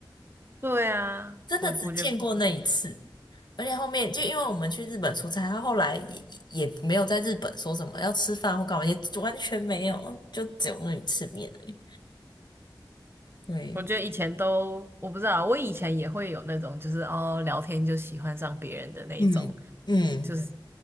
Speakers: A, on the right; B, on the left.
A: 对啊，
B: 真的只见过那一次，
A: 我我觉得不行。
B: 而且后面就因为我们去日本出差，他后来也也没有在日本说什么要吃饭或干嘛，也完全没有，就只有那一次面而已。对，
A: 我觉得以前都我不知道，我以前也会有那种就是哦聊天就喜欢上别人的那一种，
B: 嗯嗯，
A: 就是，